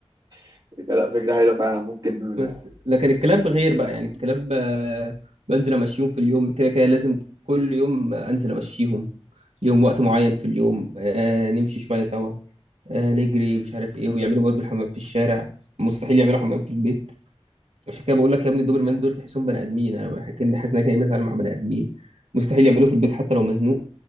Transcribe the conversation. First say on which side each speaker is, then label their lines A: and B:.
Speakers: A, on the right; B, on the right.
A: <laughs> ده لا فكرة حلوة فعلا ممكن
B: بس لكن الكلاب غير بقى يعني الكلاب آه، بنزل امشيهم في اليوم كده كده لازم كل يوم انزل امشيهم ليهم وقت معين في اليوم آه نمشي شويه سوا آه نجري مش عارف ايه ويعملوا برضه الحمام في الشارع مستحيل يعملوا حمام في البيت عشان كده بقول لك يا ابني الدوبرمان دول تحسهم بني ادمين انا بحكي ان حاسس ان انا كاني بتعامل مع بني ادمين مستحيل يعملوه في البيت حتى لو مزنوق